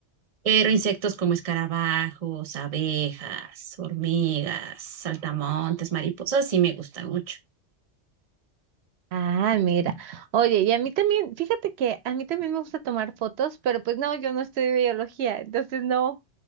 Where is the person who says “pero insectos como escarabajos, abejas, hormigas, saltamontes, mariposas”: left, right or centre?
Right